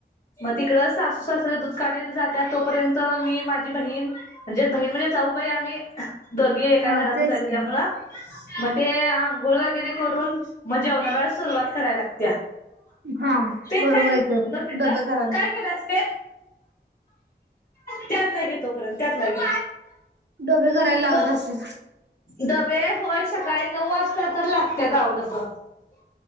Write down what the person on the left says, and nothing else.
मग तिकडं सासू सासरे दूध काढला जातात तोपर्यंत मी माझी बहीण म्हणजे बहीण म्हणजे जाऊबाई आम्ही दोघी एका
घरातचय
तेज्यामुळ
म ते आंघोळ वगैरे करून मग जेवणाला सुरुवात करायला लागत्या.
पेन
काय
दोन
मिनिटं
हं
काय केलंस पेन? त्यातला घे तोपर्यंत त्यातला घे
हो
डबे होय सकाळी नऊ वाजता तर लागत्यात अवं डबं.